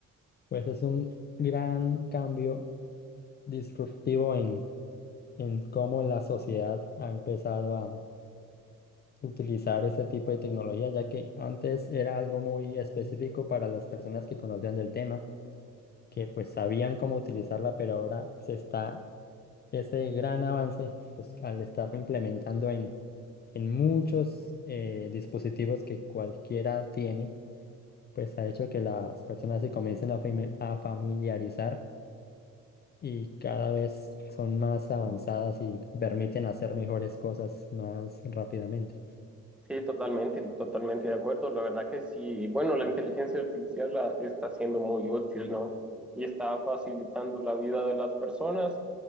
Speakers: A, on the left; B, in the centre.
A: Pues es un gran cambio disruptivo en, en cómo la sociedad ha empezado a utilizar este tipo de tecnología, ya que antes era algo muy específico para las personas que conocían del tema, que pues sabían cómo utilizarla, pero ahora se está ese gran avance, pues al estarlo implementando en, en muchos eh, dispositivos que cualquiera tiene, pues ha hecho que las personas se comiencen a, fami- a familiarizar y cada vez son más avanzadas y permiten hacer mejores cosas más rápidamente.
B: Sí, totalmente, totalmente de acuerdo. La verdad que sí. Bueno, la inteligencia artificial la- está siendo muy útil, ¿no? Y está facilitando la vida de las personas